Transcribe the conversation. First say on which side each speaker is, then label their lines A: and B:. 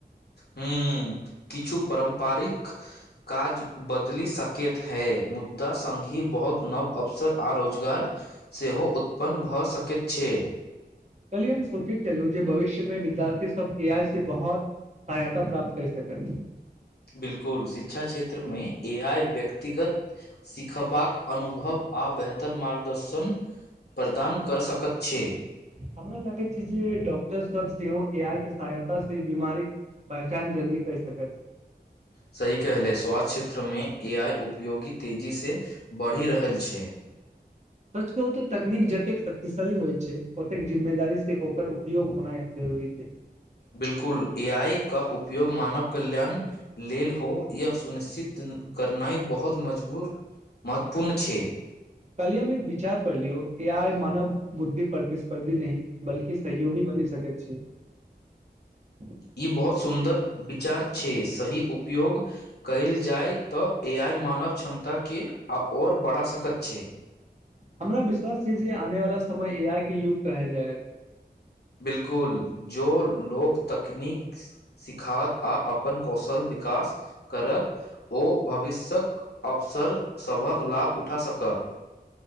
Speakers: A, on the left (about 70°); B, on the right (about 40°).
A: हूं किछु परम्पारिक काज बदलि सकैत है मुद्दा संगही बहुत नव अवसर आ रोजगार सेहो उत्पन्न भऽ सकैत छै
B: से हम सोचैत चलौं जे भविष्य में विद्यार्थी सब एआइ से बहुत सहायता प्राप्त करि सकत
A: बिल्कुल शिक्षा क्षेत्र में ए आइ व्यक्तिगत सिखबाक अनुभव आओर बेहतर मार्गदर्शन प्रदान कऽ सकैत छै।
B: हमरा लागय छै जे डॉक्टर सब सेहो एआइ के सहायता से ई बीमारीक पहचान जल्दी कय सकत
A: सही कहले स्वास्थ्य क्षेत्र में ए आइ उपयोगी तेजी सँ बढ़ि रहल छै
B: सच कहू तऽ तकनीक जतेक शक्तिशाली होइ छै ओतेक जिम्मेदारी से ओकर उपयोग होनाय भी छै
A: बिलकुल ए आई का उपयोग मानव कल्याण लेल हो यह सुनिश्चित करनाइ बहुत मजबूर महत्वपूर्ण छै
B: कल्हि हम एक विचार पढ़लियौ ए आइ मानव बुद्धि प्रतिस्पर्धी नहीं बल्कि सहयोगी बनि सके छै <inaudible>
A: ई बहुत सुन्दर विचार छै सही उपयोग कयल जाय तऽ एआइ मानव क्षमता के आओर बढ़ा सकैत छै
B: हमरा विश्वास छै जे आने वला समय ए आइ के युग कहल जायत
A: बिलकुल जो लोक तकनीक सिखात आ अपन कौशल विकास करत ओ भविष्यक अवसर सभक लाभ उठा सकत